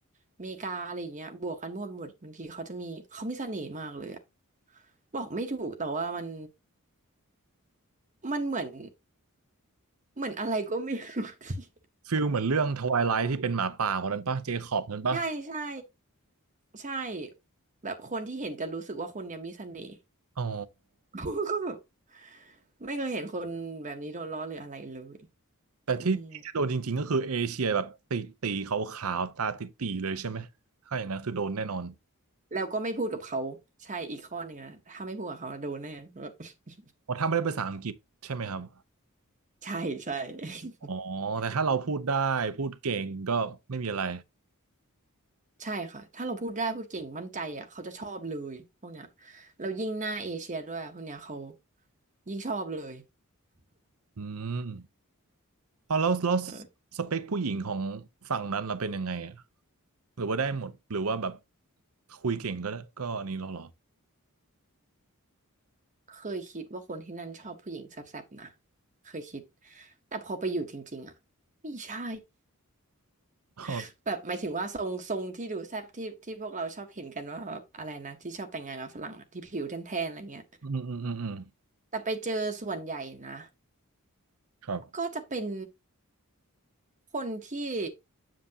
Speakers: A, on the right (about 35°); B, on the right (about 70°).
A: อเมริกาอะไรอย่างเงี้ยบวกกันมั่วไปหมดบางทีเขาจะมีเขามีเสน่ห์มากเลยอะบอกไม่ถูกแต่ว่ามันมันเหมือนเหมือนอะไรก็ไม่รู้ <laughs> ที่
B: ฟิลเหมือนเรื่องทวายไลท์ที่เป็นหมาป่าคนนั้นปะเจคอบนั้นปะ
A: <laughs> ใช่ใช่ใช่แบบคนที่เห็นจะรู้สึกว่าคนเนี้ยมีเสน่ห์
B: อ๋อ
A: <laughs> ก็แบบไม่เคยเห็นคนแบบนี้โดนล้อหรืออะไรเลย
B: แต่ที่ที่จะโดนจริงๆก็คือเอเชียแบบตีตีขาวๆตาติตีๆเลยใช่ไหมถ้าอย่างนั้นคือโดนแน่นอน
A: อืม แล้วก็ไม่พูดกับเขาใช่อีกข้อหนึ่งนะถ้าไม่พูดกับเขานะโดนแน่ <laughs>
B: เพราะถ้าไม่ได้ภาษาอังกฤษใช่ไหมครับ
A: ใช่ใช่ <laughs>
B: อ๋อแต่ถ้าเราพูดได้พูดเก่งก็ไม่มีอะไร
A: ใช่ค่ะถ้าเราพูดได้พูดเก่งมั่นใจอ่ะเขาจะชอบเลยพวกเนี้ยแล้วยิ่งหน้าเอเชียด้วยพวกเนี้ยเขายิ่งชอบเลย
B: อืมเอาแล้วแล้ว
A: เออ
B: สเปคผู้หญิงของฝั่งนั้นเราเป็นยังไงอ่ะหรือว่าได้หมดหรือว่าแบบคุยเก่งก็ก็อันนี้เราเหรอ
A: เคยคิดว่าคนที่นั่นชอบผู้หญิงแซ่บๆนะเคยคิดแต่พอไปอยู่จริงๆอ่ะไม่ใช่
B: อ๋อ
A: <laughs> แบบหมายถึงว่าทรงทรงที่ดูแซ่บที่ที่พวกเราชอบเห็นกันว่าแบบอะไรนะที่ชอบแต่งงานกับฝรั่งอะที่ผิวแทนๆอะไรเงี้ย
B: อืมอืมอืมอืม
A: แต่ไปเจอส่วนใหญ่นะ
B: ครับ
A: ก็จะเป็นคนที่